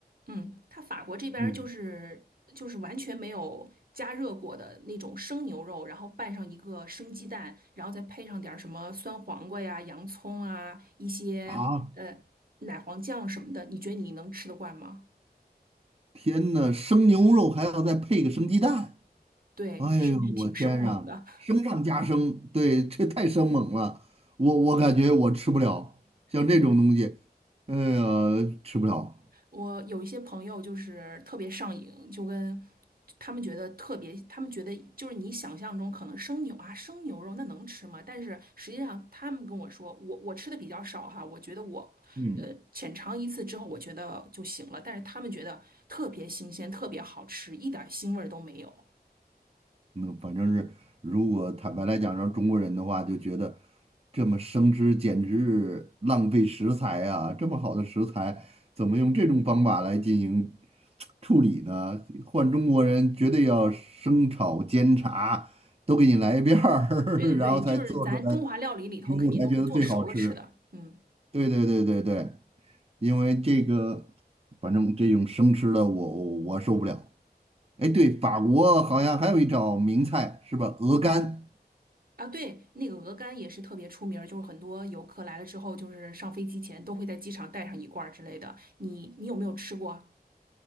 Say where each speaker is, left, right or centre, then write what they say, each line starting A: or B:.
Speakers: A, on the right; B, on the right.
A: 嗯，它法国这边儿就是就是完全没有加热过的那种生牛肉，
B: 嗯
A: 然后拌上一个生鸡蛋，然后再配上点儿什么酸黄瓜呀、洋葱啊、一些呃奶黄酱什么的，
B: 啊，
A: 你觉得你能吃得惯吗？
B: 天呐，生牛肉还要再配个生鸡蛋。
A: 对，
B: 哎呦，
A: 是不是挺生猛的？
B: 我天呀，升上加升，对，这太生猛了，我我感觉我吃不了，像这种东西，
A: <laughs> 嗯。
B: 哎呀，吃不了。
A: 我有一些朋友就是特别上瘾，就跟他们觉得特别，他们觉得就是你想象中可能生牛啊，生牛肉那能吃吗？但是实际上他们跟我说，我我吃的比较少哈，我觉得我呃浅尝一次之后，
B: 嗯。
A: 我觉得就行了。但是他们觉得特别新鲜，特别好吃，一点腥味儿都没有。
B: 那反正是，如果坦白来讲，让中国人的话，就觉得这么生吃简直浪费食材啊！这么好的食材，怎么用这种方法来进行处理呢？换中国人绝对要生炒煎炸都给你来一遍儿，
A: 对对对，
B: <laughs> 然后才做出来
A: 就是咱中华料理里头肯定都是做熟了吃的，
B: 食物才觉得最好吃。
A: 嗯。
B: 对对对对对，因为这个，反正这种生吃的我我我受不了。哎，对，法国好像还有一道名菜是吧？鹅肝。
A: 啊，对，那个鹅肝也是特别出名儿就是很多游客来了之后，就是上飞机前都会在机场带上一罐儿之类的。你你有没有吃过？